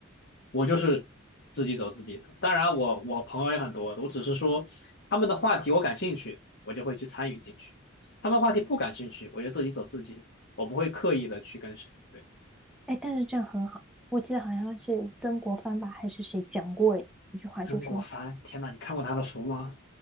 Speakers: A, on the left (about 55°); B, in the centre.
A: 我就是自己走自己的。当然我，我朋友也很多，我只是说他们的话题我感兴趣，我就会去参与进去。他们话题不感兴趣，我就自己走自己的我不会刻意的去跟谁。对，
B: 哎，但是这样很好。我记得好像是曾国藩吧，还是谁讲过一句话，
A: 曾国藩，
B: 就说
A: 天呐，你看过他的书吗？